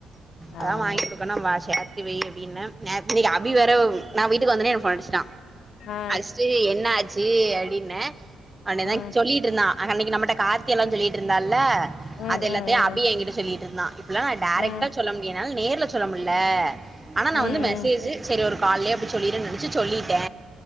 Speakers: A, on the right; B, on the left.
A: அதா
B: ஆமா
A: வாங்கி குடுக்கணு ரொம் ஆசையா இருக் க்குவே அப்டின்னே நேத் இன்னைக்கு அபி வேற நா வீட்டுக்கு வந்தோனே எனக்கு ஃபோன் அடிச்ட்டா
B: ஆ
A: அடிச்ட்டு என்ன ஆச்சு அப்டின்னே அவனேதாங்
B: ம்
A: சொல்லிட்ருந்தா அ அன்னைக்கு நம்மட்ட கார்த்தியெல்லா சொல்லிட்ருந்தால்ல
B: ம்
A: அதெல்லாத்தையு
B: ம் ம்
A: அபி எங்கிட்ட சொல்லிட்ருந்தா இப்புட்லா நா டேரெக்ட்டா
B: ம்
A: சொல்ல முடியனால் நேர்ல சொல்ல முட்ல ஆனா நா
B: ம் ம்
A: வந்து மெசேஜு செரி ஒரு கால்லே அப்டி சொல்லிருன் நெனச்சு சொல்லிட்டே